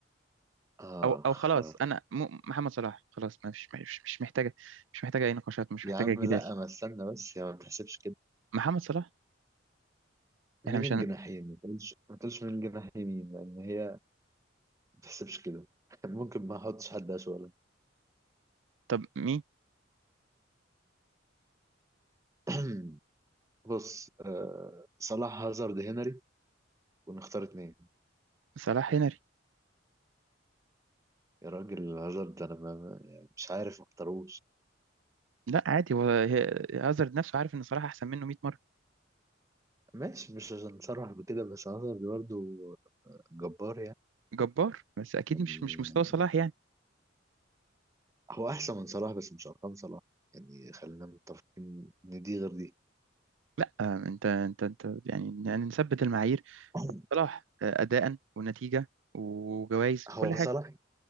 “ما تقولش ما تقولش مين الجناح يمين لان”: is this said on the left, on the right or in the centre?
Right